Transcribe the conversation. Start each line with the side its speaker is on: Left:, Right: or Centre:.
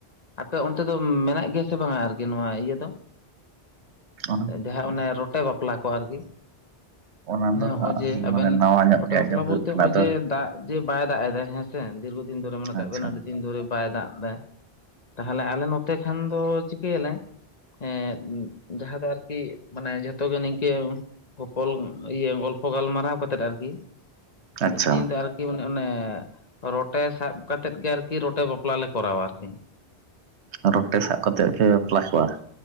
Left: ᱟᱯᱮ ᱚᱱᱛᱮ ᱫᱚ ᱢᱮᱱᱟᱜ ᱜᱮᱭᱟ ᱥᱮ ᱵᱟᱝ-ᱟ ᱟᱨᱠᱤ ᱱᱚᱣᱟ ᱤᱭᱟᱹ ᱫᱚ
Right: ᱚᱱᱟ
Left: ᱡᱟᱦᱟᱸ ᱚᱱᱮ ᱨᱚᱴᱮ ᱵᱟᱯᱞᱟ ᱠᱚ ᱟᱨᱠᱤ
Right: ᱚᱱᱟ
Left: ᱢᱟᱱᱮ
Right: ᱫᱚ
Left: ᱦᱚᱸᱜᱼᱚᱭ ᱡᱮ
Right: ᱦᱟᱸᱜ
Left: ᱟᱵᱮᱱ
Right: ᱢᱟᱱᱮ ᱱᱟᱣᱟ ᱧᱚᱜ
Left: ᱨᱚᱴᱮ
Right: ᱜᱮ
Left: ᱵᱟᱯᱞᱟ
Right: ᱟᱸᱡᱚᱢ ᱦᱩᱭᱩᱜ
Left: ᱵᱚᱞᱛᱮ
Right: ᱠᱟᱱᱟ
Left: ᱱᱚᱜᱼᱚᱭ
Right: ᱟᱫᱚ
Left: ᱡᱮ ᱫᱟᱜ ᱡᱮ ᱵᱟᱭ ᱫᱟᱜ ᱮᱫᱟᱭ ᱦᱮᱸ ᱥᱮ ᱫᱤᱨᱜᱷᱚᱫᱤᱱ ᱫᱷᱚᱨᱮ ᱢᱚᱱᱮ ᱠᱟᱜ
Right: ᱟᱪᱪᱷᱟ
Left: ᱵᱮᱱ ᱟᱹᱰᱤ ᱫᱤᱱ ᱫᱷᱚᱨᱮ ᱵᱟᱭ ᱫᱟᱜ ᱫᱟ ᱛᱟᱦᱚᱞᱮ ᱟᱞᱮ ᱱᱚᱛᱮ ᱠᱷᱟᱱ ᱫᱚ ᱪᱤᱠᱟᱹᱭᱟ ᱞᱮ ᱦᱮᱸ ᱡᱟᱦᱟᱸ ᱫᱚ ᱟᱨᱠᱤ ᱢᱟᱱᱮ ᱡᱷᱚᱛᱚ ᱜᱮ ᱱᱤᱝᱠᱟᱹ ᱠᱚᱯᱚᱞ ᱤᱭᱟᱹ ᱜᱚᱞᱯᱚ ᱜᱟᱞᱢᱟᱨᱟᱣ ᱠᱟᱛᱮᱫ ᱟᱨᱠᱤ
Right: ᱟᱪᱪᱷᱟ
Left: ᱢᱤᱫ ᱫᱤᱱ ᱫᱚ ᱟᱨ ᱢᱟᱱᱮ ᱚᱱᱮ ᱨᱚᱴᱮ ᱥᱟᱵ ᱠᱟ ᱠᱟᱛᱮ ᱜᱮ ᱟᱨᱠᱤ ᱨᱚᱴᱮ ᱵᱟᱯᱞᱟ ᱞᱮ ᱠᱚᱨᱟᱣᱟ ᱟᱨᱠᱤ
Right: ᱨᱚᱴᱮ ᱥᱟᱵ ᱠᱟᱛᱮᱫ ᱯᱮ ᱵᱟᱯᱞᱟ ᱠᱚᱣᱟ